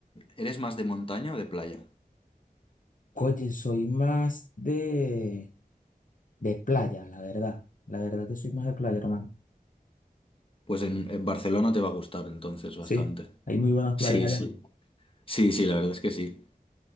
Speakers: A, on the left; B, on the left.
A: ¿Eres más de montaña o de playa?
B: Oye, soy más de, de playa, la verdad. La verdad que soy más de playa, hermano.
A: Pues en, en Barcelona te va a gustar entonces bastante.
B: Sí, hay muy buenas
A: Sí,
B: playas allá.
A: sí. Sí, sí, la verdad es que sí.